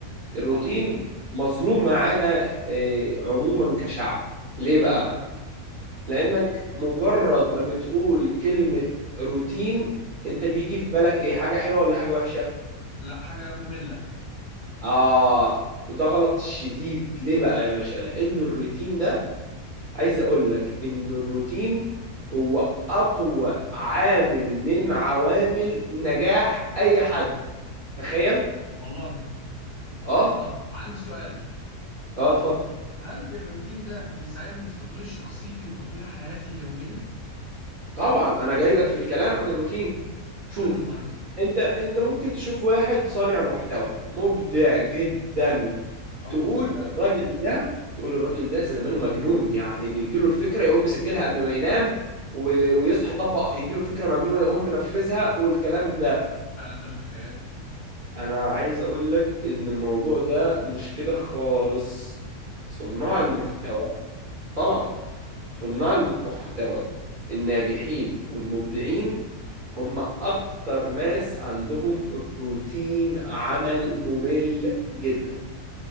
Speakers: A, on the right; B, on the left.
A: الروتين
B: اه
A: مظلوم معانا آه، عموما كشعب ليه
B: ليه
A: بقى؟
B: بقى
A: لأنك مجرد ما بتقول كلمة روتين أنت بيجي في بالك إيه حاجة حلوة ولا حاجة وحشة؟
B: لا حاجه ممله
A: آه ده غلط شديد ليه بقى يا باشا؟ لأن الروتين ده عايز اقول لك ان الروتين هو اقوى عامل من عوامل نجاح اي حد تخيل
B: والله
A: اه
B: طب عندي سؤال
A: اه اتفضل
B: هل الروتين ده بيساعدني في تطوير شخصيتي وتطوير حياتي اليومية؟
A: طبعا انا جاي لك في الكلام عن الروتين شوف
B: قول لي طيب
A: انت انت ممكن تشوف واحد صانع محتوى مبدع جدا
B: موجود
A: تقول
B: فعلا
A: الراجل ده تقول الراجل ده زمانه مجنون يعني بيجيله الفكرة يقوم مسجلها قبل ما ينام و- ويصحى يطبق يجيله فكرة مجنونة يقوم منفذها والكلام ده
B: فعلا ده اللي في خيالي
A: انا عايز اقول لك ان الموضوع ده مش كده خالص صناع
B: بجد
A: المحتوى طبعا صناع المحتوى الناجحين والمبدعين هم اكتر ناس عندهم روتين عمل ممل جدا